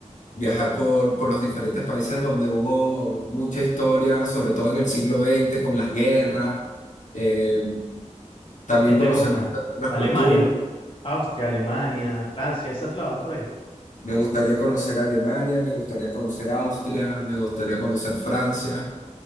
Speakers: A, on the left; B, on the left.
A: viajar por, por los diferentes países donde hubo mucha historia, sobre todo en el siglo XX, con las guerras, eh, también
B: ¿Qué te
A: conocer
B: gusta?
A: otras
B: Alemania,
A: culturas.
B: Austria, Alemania, Francia, esos lados por ahí.
A: Me gustaría conocer Alemania, me gustaría conocer Austria, me gustaría conocer Francia.